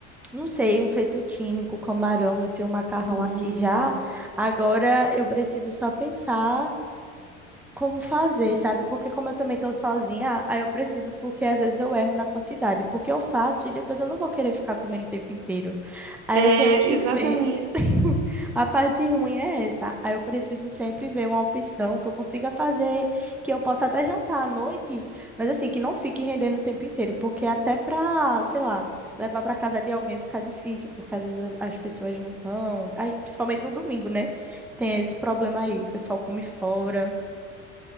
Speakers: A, in the centre; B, on the right.
A: não sei, um fettuccine com camarão. Eu tenho um macarrão
B: Hum.
A: aqui já. Agora eu preciso só pensar. como fazer, sabe? Porque como eu também tô sozinha, aí eu preciso, porque às vezes eu erro na quantidade, porque eu faço e depois eu não vou querer ficar comendo o tempo inteiro. Aí
B: É,
A: eu tenho que
B: exatamente.
A: ver. <laughs> A parte ruim é essa. Aí eu preciso sempre ver uma opção que eu consiga fazer, que eu possa até jantar à noite, mas assim, que não fique rendendo o tempo inteiro, porque até pra, sei lá, levar pra casa de alguém fica difícil, porque às vezes a- as pessoas não estão, principalmente no domingo, né? Tem esse problema aí, o pessoal come fora.